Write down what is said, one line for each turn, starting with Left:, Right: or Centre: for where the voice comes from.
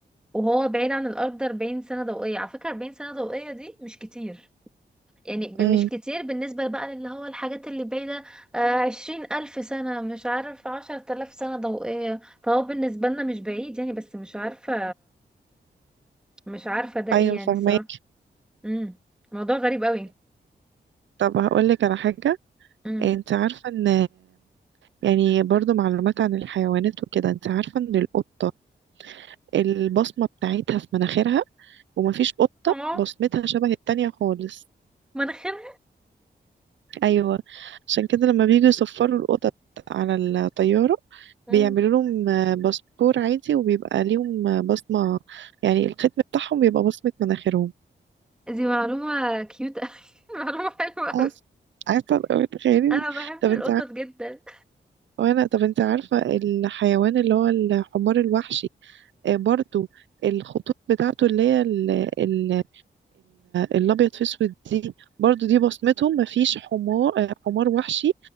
Centre: وهو بعيد عن الأرض 40 سنة ضوئية على فكرة 40 سنة ضوئية دي مش كتير يعني ب-
Right: مم.
Centre: مش كتير بالنسبة بقى اللي هو الحاجات اللي بعيدة آه، عشرين ألف سنة مش عارف عشرة آلاف سنة ضوئية فهو بالنسبة لنا مش بعيد يعني بس مش عارفة مش عارفة ده
Right: أيوة
Centre: ايه يعني
Right: فاهمة
Centre: الصراحة امم موضوع غريب قوي
Right: طب هقول لك على حاجة
Centre: امم
Right: آه، انت عارفة ان يعني برضو معلومات عن الحيوانات وكده انت عارفة ان القطة البصمة بتاعتها في مناخيرها ومفيش قطة
Centre: اه
Right: بصمتها شبه التانية خالص
Centre: مناخيرها
Right: ايوه عشان كده لما بييجوا يصفروا القطط على الطيارة
Centre: امم
Right: بيعملوا لهم آه، باسبور عادي وبيبقى ليهم آه، بصمة يعني الختم بتاعهم بيبقى بصمة مناخيرهم
Centre: دي معلومة كيوت قوي <laughs> معلومة حلوة قوي
Right: عارف- عارفة الأول تخيلي
Centre: انا بحب
Right: طب
Centre: القطط
Right: انت عارفة
Centre: جدا
Right: وانا طب انت عارفة الحيوان اللي هو الحمار الوحشي آه، برضو الخطوط بتاعته اللي هي ال- الابيض في اسود دي برضو دي بصمته مفيش حمار آه، حمار وحشي